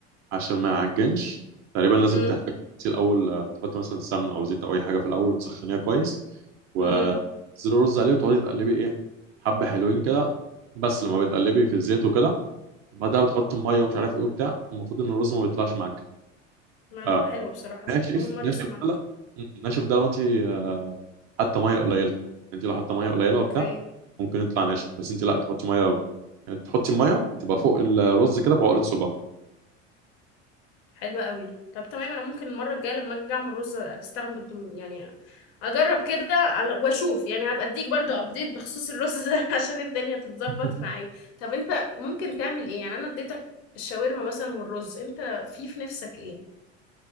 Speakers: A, on the right; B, on the left.
A: عشان ما يعجنش تقريبا لازم
B: امم
A: تحتاج تغسيه الأول آه، تحط مثلا سمنة أو زيت أو أي حاجة في الأول وتسخنيها كويس وتنزلي
B: امم
A: الرز عليه وتقعدي تقلبي إيه حبة حلوين كده بس لما بتقلبي في الزيت وكده وبعدها بتحط المية ومش عارف إيه وبتاع المفروض إن الرز ما بيطلعش معاك
B: معلومة
A: آه
B: حلوة بصراحة
A: ناشف
B: أول مرة
A: ناشف
B: أسمعها
A: ده لا ناشف ده لو أنت آه، حاطة مية قليلة أنت لو حاطة مية قليلة
B: أوكي
A: وبتاع ممكن يطلع ناشف بس أنت لا تحطي مية يعني تحطي المية تبقى فوق الرز كده بعقلة صباع
B: حلوة قوي طب تمام انا ممكن المره الجايه لما اجي اعمل رز استعمل يعني اجرب كده على واشوف يعني هبقى اديك برضو ابديت بخصوص الرز ده <laughs> عشان الدنيا تتظبط
A: <laughs>
B: معايا طب انت ممكن تعمل ايه يعني انا اديتك الشاورما مثلا والرز انت في في نفسك ايه